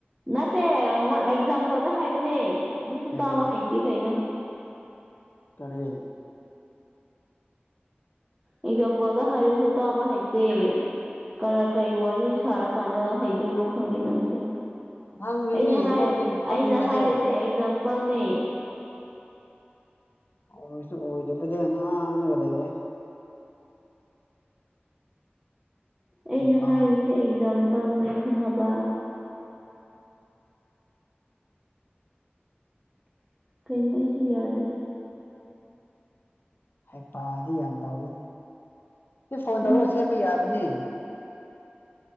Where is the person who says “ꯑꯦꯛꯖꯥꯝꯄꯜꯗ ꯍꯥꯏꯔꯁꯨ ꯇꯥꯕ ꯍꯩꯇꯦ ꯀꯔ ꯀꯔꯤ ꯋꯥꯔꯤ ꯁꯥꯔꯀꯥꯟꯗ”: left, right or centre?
Right